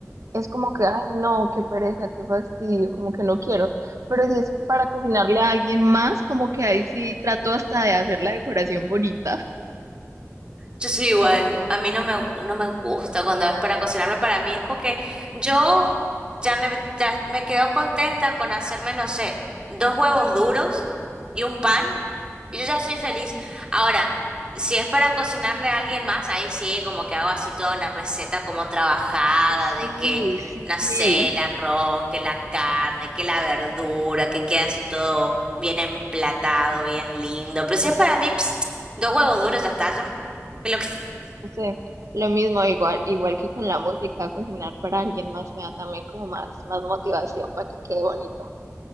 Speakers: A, on the right; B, on the right.
A: es como que, ay, no, qué pereza, qué fastidio, como que no quiero. Pero si es para cocinarle a alguien más, como que ahí sí trato hasta de hacer la decoración bonita.
B: Yo soy igual, a mí no me, gu- no me gusta cuando es para cocinarme, para mí es como que yo ya me, ya me quedo contenta con hacerme, no sé, dos huevos duros y un pan, y yo ya soy feliz. Ahora, si es para cocinarle a alguien más, ahí sí, como que hago así toda una receta como trabajada,
A: Sí,
B: de que,
A: sí,
B: no sé,
A: sí.
B: el arroz, que la carne, que la verdura, que queda así todo bien emplatado, bien lindo, pero si es para mí, ps, dos huevos duros, ya está, ya. Lo que- <laughs>
A: No sé, lo mismo, igual, igual que con la música, cocinar para alguien más me da también como más, más motivación para que quede bonito.